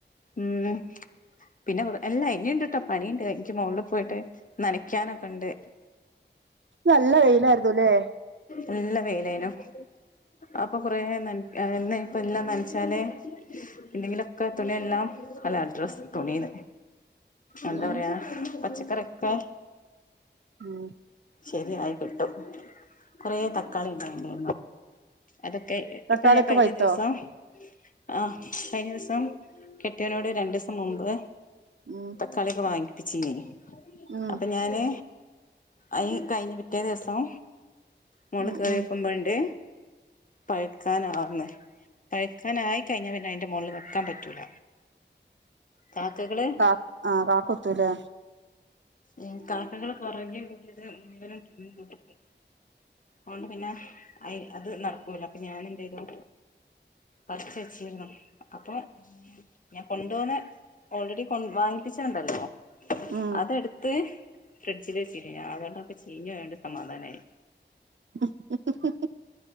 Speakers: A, on the left; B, on the right.
A: ഉം പിന്നെ എല്ലാ ഇനിണ്ട്ട്ടോ പണിണ്ട്. ൻക്ക് മോള് പോയിട്ട് നനക്കാനൊക്കെ ഇണ്ട്.
B: നല്ല വെയിലായിരുന്നുല്ലേ
A: നല്ല വെയിലേനു. അപ്പൊ കൊറേ നൻ എന്ന് ഇപ്പ എല്ലാം നൻച്ചാലേ എന്തെങ്കിലൊക്കെ തുണിയ ല്ലാം ഡ്രസ്സ് തുണീന്ന് എന്താ
B: ഉം
A: പറയാ പച്ചക്കറിയൊക്കെ
B: ഉം
A: ശരിയായി കിട്ടും. കൊറെ തക്കാളി ഇണ്ടായിനി അതൊക്കെ
B: തക്കാളിയൊക്കെ
A: ഇപ്പ ഞാൻ കഴിഞ്ഞ
B: പഴുത്തോ
A: ദിവസം ആ കഴിഞ്ഞ ദിവസം കെട്ടിയോനോട് രണ്ടീസം മുമ്പ്
B: ഉം
A: ക്കാളിയൊക്കെ വാങ്ങിപ്പിച്ചീനി
B: ഉം
A: അപ്പൊ ഞാന് അയ് കഴ്ഞ്ഞ് പിറ്റേ ദിവസം മോൾല്
B: ഉം
A: കേറിയോക്കുമ്പോണ്ട്
B: ഉം
A: പഴുക്കാനാവ്ന്ന് പഴുക്കാനായിക്കഴിഞ്ഞാ പിന്നെ അയ്ൻറെ മോൾല് വെക്കാൻ പറ്റൂല. കാക്കകള്
B: കാ ആ കാക്കൊത്തൂലേ
A: ഉം കാക്കകള് പൊറകേ കൂടത് മുയ്വനും തിന്ന് തീർക്കും. അതൊണ്ട് പിന്നെ അ അത് നട്ക്കൂല അപ്പൊ ഞാനെന്തെയ്തു. പർച്ചെച്ചീര്ന്നു അപ്പൊ ഞാൻ കൊണ്ടോന്ന ഓൾറെഡി വാങ്ങിപ്പിച്ചണ്ടല്ലോ
B: ഉം
A: അതെടുത്ത് ഫ്രിഡ്ജില് വെച്ചീനി. <unintelligible> ചീഞ്ഞോയോണ്ട് സമാധാനായി.
B: ഹ്ഹ്ഹ് ഹ്ഹ്ഹ്